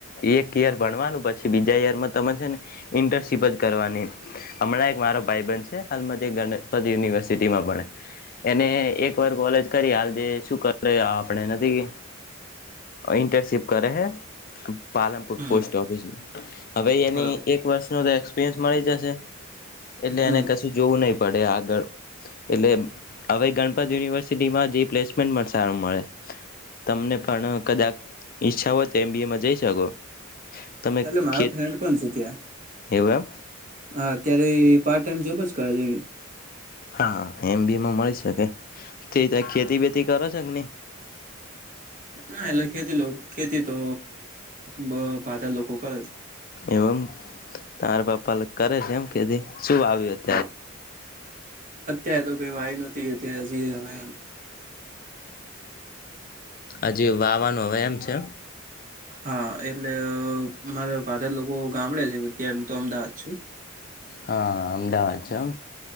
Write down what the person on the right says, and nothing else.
હમ
બરોબર
હમ
એટલે મારો
ફ્રેન્ડ પણ છે, ત્યાં
હા અત્યારે એ પાર્ટ ટાઈમ જોબ જ કરે
ના એટલે ખેલો ખેતી તો મા ફાધાર લોકો કરે છે.
હા અત્યારે તો કઈ વાય નતી અત્યારે હજી હવે
હા એટલે મારા પાધર લોકો ગામડે છે, ત્યારે હું તો અમદાવાદ છું.